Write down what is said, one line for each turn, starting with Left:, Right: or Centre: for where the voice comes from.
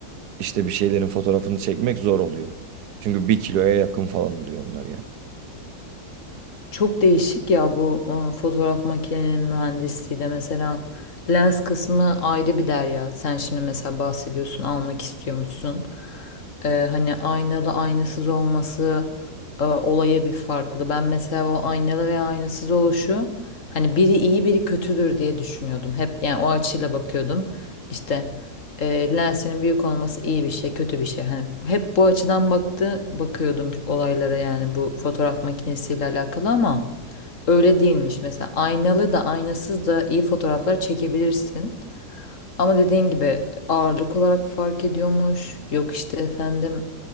Right: işte bir şeylerin fotoğrafını çekmek zor oluyor. Çünkü bir kiloya yakın falan oluyor onlar yani.
Left: Çok değişik ya bu e, fotoğraf makinenin mühendisliği de mesela lens kısmı ayrı bir derya. Sen şimdi mesela bahsediyorsun almak istiyormuşsun. E, hani aynalı aynasız olması e, olaya bir farklı. Ben mesela o aynalı veya aynasız oluşu hani biri iyi biri kötüdür diye düşünüyordum. Hep yani o açıyla bakıyordum. İşte e, lensinin büyük olması iyi bir şey, kötü bir şey. Hani hep bu açıdan baktı bakıyordum olaylara yani bu fotoğraf makinesiyle alakalı ama Öyle değilmiş mesela aynalı da aynasız da iyi fotoğraflar çekebilirsin. Ama dediğin gibi ağırlık olarak fark ediyormuş. Yok işte efendim